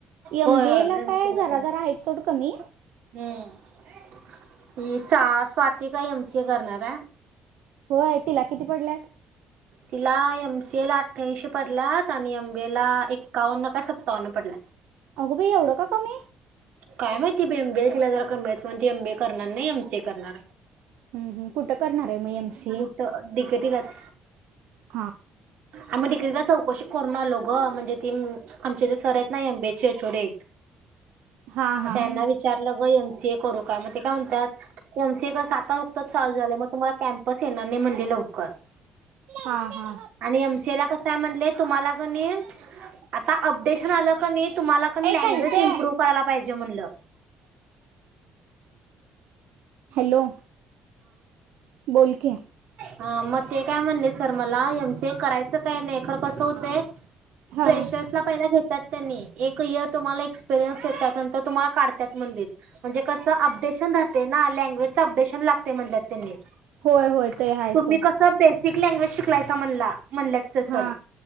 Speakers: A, on the right; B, on the right.
A: एमबीए
B: होय होय
A: ला
B: एम
A: काय
B: सी ए चांगला
A: जरा जरा
B: आहे.
A: हाईत सोड कमी
B: हम्म ही सा स्वाती काय एमसीए करणाराय.
A: होय तिला किती पडल्यात?
B: तिला एमसीए ला अठ्ठयाऐंशी पडल्यात आणि एमबीए ला एक्कावन्न का सत्तावन्न पडल्यात.
A: अगं बाई एवढं का कमी
B: काय माहिती बाई एमबीए ला तिला जरा कमी म्हणून ती एमबीए करणार नाही, एमसीए करणाराय.
A: हम्म हम्म. कुठं करणार? आहे मग एम सी
B: कुठ
A: ए
B: डीकेटी लाच
A: हा
B: आम्ही डिक ती जरा चौकशी करुन अलो गं म्हणजे, ती न आमच्या इथे सर हाईत ना एमबीए चे एचओडी हाईत
A: हा
B: <unintelligible>
A: हा
B: म त्यांना विचारलं ग एमसीए करू का म ते काय म्हणतात, एमसीए कसं आता नुकतच चालू झालंय. म तुम्हाला कॅम्पस येणार नाही म्हणले लवकर.
A: हा हा
B: आणि एमसीएला कसय म्हणले तुम्हाला कणी आता अपडेशन आलं कणी तुम्हाला कणी लँग्वेज
A: ए संजय
B: इम्प्रुव्ह करायला पाहिजे म्हणलं.
A: हॅलो बोल की.
B: हा म ते काय म्हणले सर मला एमसीए करायचं काय नाही, खर कसं हुतय
A: हा
B: फ्रेशर्स ला पहिले घेत त्यात तेनी एक ईअर तुम्हाला एक्सपिरीयन्स येतात, नंतर तुम्हाला काढत्यात म्हणलीत म्हणजे कसं अपडे शन राहतय ना लँग्वेजच अपडेशन लागतय म्हणल्यात तेणी. तुम्ही
A: होय होय ते हाय सोड
B: कस बेसिक लँग्वेज शिकलायस <unintelligible> म्हणला म्हणल्यात से सर
A: हा